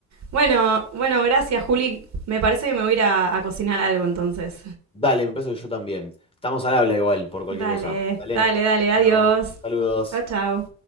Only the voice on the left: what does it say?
Dale, me parece que yo también. Estamos al habla igual por cualquier
cosa. Dale.
Bueno, saludos.